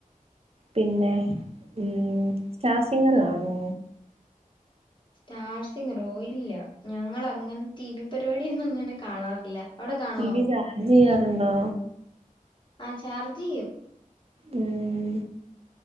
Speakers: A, on the right (about 45°); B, on the left (about 35°).
A: പിന്നെ ഉം സ്റ്റാർ സിംഗർ കാണോ?
B: സ്റ്റാർ സിങ്ങറോ ഇല്ല ഞങ്ങളങ്ങനെ ടി വി പരിപാടിയൊന്നും അങ്ങനെ കാണാറില്ല. അവിടെ കാണുവോ
A: ടി വി ചാർജെയ്യാറുണ്ടോ?
B: ആ ചാർജെയ്യും.
A: ഉം.